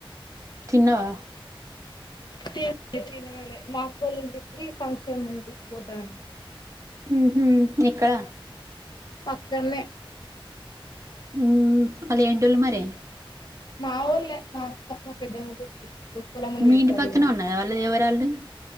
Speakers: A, on the right; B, on the left.
A: తిన్నావా
B: తిన తినాలే మాక్కోళింటికి ఫంక్షన్ ఉంది పోతాన
A: ఉహు ఎక్కడ
B: పక్కన్నే
A: ఉ వాళ్ళు ఏంటోళ్లు మరే
B: మా వొళ్ళే మా అత్త మా పెద్దమ్మ కూతురు ఉప్పలమ్మను
A: మీ
B: పెడతారు
A: ఇంటి పక్కనే
B: ఇగ
A: ఉన్నదా వాళదే ఎవరాళ్లు